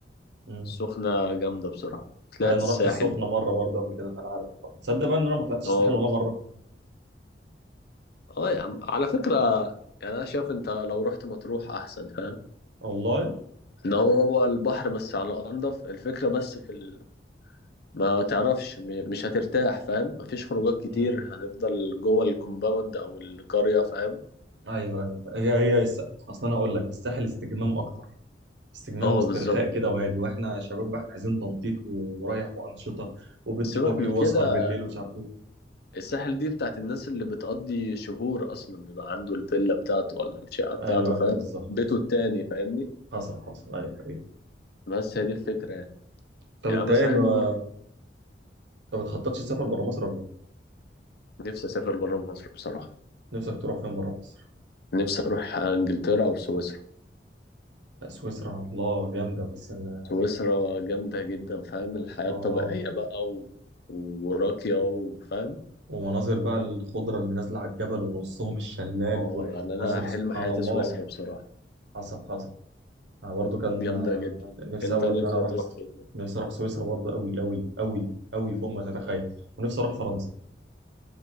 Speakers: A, on the right (about 75°); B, on the left (about 60°).
A: امم
B: السخنه جامده بصراحه طلعت
A: أيوة، انا
B: الساحل
A: رحت السخنه مره برضه قبل كده فانا عارف تصدق بقى ان انا ما طلعتش
B: اه
A: الساحل ولا مره
B: اه يا عم على فكره يعني انا شايف انت لو رحت مطروح احسن فاهم
A: والله
B: ان هو هو البحر بس على انضف الفكره بس في ال... ما تعرفش م- مش هترتاح فاهم مفيش خروجات كتير
A: امم
B: هنفضل جوه الكومباوند او القريه فاهم
A: ايوه ايوه هي هي الس- اصلا انا هقول لك الساحل استجمام اكتر استجمام
B: اه
A: واسترخاء
B: بالظبط
A: كده وهادي واحنا شباب بقى احنا عايزين تنطيط ورايح وانشطه وبيتش
B: سيبك
A: باجي
B: من
A: واسهر
B: كده
A: بالليل ومش عارف ايه
B: الساحل دي بتاعت الناس اللي بتقضي شهور اصلا بيبقى عنده الفيلا بتاعته ولا الشقه بتاعته
A: ايوه
B: فاهم
A: ايوه بالظبط
B: بيته
A: بالظبط
B: التاني فاهمني
A: حصل حصل ايوه ايوه
B: بس هي دي الفكره يعني
A: طب
B: يعني
A: انت
B: مثلا
A: ايه ما
B: أحب-
A: ما بتخططش تسافر بره مصر ولا ايه؟
B: نفسي اسافر بره مصر بصراحه
A: نفسك تروح فين بره مصر؟
B: نفسي اروح انجلترا او سويسرا
A: لا سويسرا الله جامده بس انا
B: سويسرا جامده جدا فاهم الحياه
A: اه
B: الطبيعيه بقى و... وراقيه وفاهم
A: ومناظر بقى الخضره اللي نازله على الجبل ونصهم الشلال
B: اه يعني
A: ومناظر
B: انا حلم
A: سبحان
B: حياتي
A: الله
B: سويسرا بصراحه
A: حصل حصل انا برضو كان
B: جامده
A: آه،
B: جدا
A: نفسي
B: انت
A: قوي
B: نفسك
A: ان انا اروح
B: تروح فين
A: نفسي اروح سويسرا برضو قوي قوي قوي قوي فوق ما تتخيل ونفسي اروح فرنسا